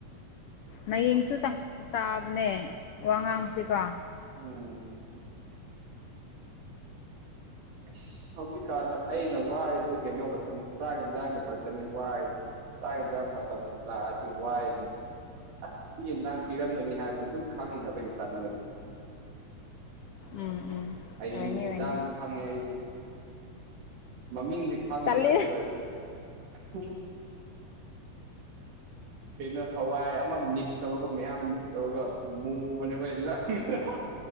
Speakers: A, on the left; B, on the right.
A: ꯃꯌꯦꯡꯁꯨ ꯇꯥ ꯇꯥꯕꯅꯦ ꯋꯥ ꯉꯥꯡꯕꯁꯤꯀꯣ꯫
B: ꯎꯝ꯫ ꯑꯁ ꯍꯧꯖꯤꯛꯀꯥꯟꯗ ꯑꯩꯅ ꯋꯥꯔꯤꯖꯦ ꯀꯩꯅꯣ ꯈꯛꯇꯅꯤ ꯆꯥꯛ ꯏꯟꯖꯥꯡꯒꯤ ꯈꯛꯇꯅꯤ ꯋꯥꯔꯤꯖꯦ꯫ ꯆꯥꯛ ꯍꯤꯟꯖꯥꯡ ꯃꯇꯝ ꯂꯥꯛꯑꯗꯤ ꯋꯥꯏꯅꯦ꯫ ꯑꯁ ꯁꯤ ꯍꯦꯟꯖꯥꯡ ꯄꯤꯔꯝꯒꯅꯤ ꯍꯥꯏꯕꯗꯨꯣ ꯑꯗꯨꯝ ꯈꯪꯈ꯭ꯔꯕꯒꯤ ꯇꯟꯕꯅꯤ꯫
A: ꯎꯝ ꯎꯝ
B: ꯍꯌꯦꯡꯗꯤ
A: ꯑꯣꯏꯅꯤ
B: ꯍꯤꯟꯖꯥꯡꯁꯨ
A: ꯑꯣꯏꯅꯤ
B: ꯈꯪꯉꯦ ꯑꯩꯗꯤ ꯃꯃꯤꯡꯗꯤ ꯈꯪꯗꯦ
A: ꯇꯜꯂꯤ
B: ꯑꯗꯨ ꯑꫭꯏꯔꯁꯨ꯫ <unintelligible> ꯀꯩꯅꫭ ꯍꯋꯥꯏ ꯑꯃ ꯃꯤꯛꯁ ꯇꯧꯔꯒ ꯃꯌꯥꯝ ꯃꯤꯛꯁ ꯇꯧꯔꯒ ꯃꯨꯕꯅꯦꯕꯅ ꯍꯤꯟꯖꯥꯡ꯫ <unintelligible>